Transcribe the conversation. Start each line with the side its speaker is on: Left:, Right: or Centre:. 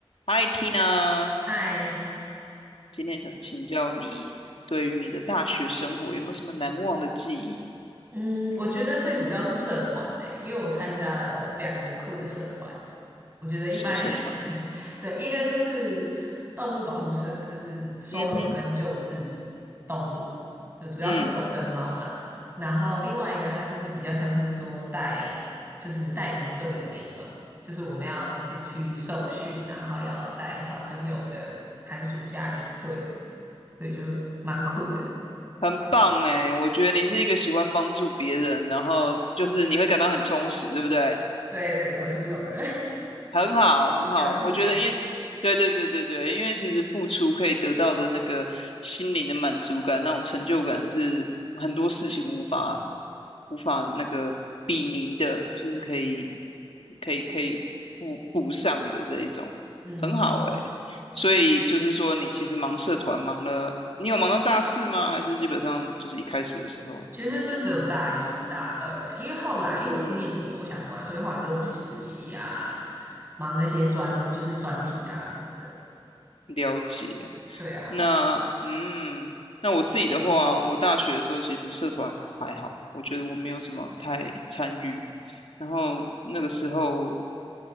Left: 嗨，Tina，
Right: 嗨，
Left: 今天想请教你，对于你的大学生活有没有什么难忘的记忆？
Right: 嗯，我觉得最主要是社团嘞，因为我参加了两个很酷的社团，我觉得一般人应该，
Left: 什么社团？
Right: <laughs> 对，一个就是动物保护社，就是收容跟救治动物，
Left: 嗯哼，
Right: 就主要是狗跟猫啦。
Left: 嗯，
Right: 然后另外一个，它就是比较像是说带，就是带营队的那一种，就是我们要先去受训，然后要带小朋友的寒暑假营队，对，就蛮酷的。
Left: 很棒哎，我觉得你是一个喜欢帮助别人，然后就是你会感到很充实，对不对？
Right: 对对对，我是这种人。
Left: 很好，很好，
Right: 喜欢付出。
Left: 我觉得，
Right: <laughs>
Left: 因为，对对对对对，因为其实付出可以得到的那个心灵的满足感，那种成就感是很多事情无法无法那个比拟的，就是可以可以可以补补上的这一种，
Right: 嗯哼哼，
Left: 很好诶。所以就是说，你其实忙社团忙了，你有忙到大四吗？还是基本上就是一开始的时候？
Right: 其实就只有大一、大二欸，因为后来因为我是念旅游相关，
Left: 嗯
Right: 所以后来就是去实习啊，忙那些专就是专题啊什么的。
Left: 了解。
Right: 对啊，
Left: 那嗯，那我自己的话，我大学的时候其实社团还好，我觉得我没有什么太参与。然后那个时候，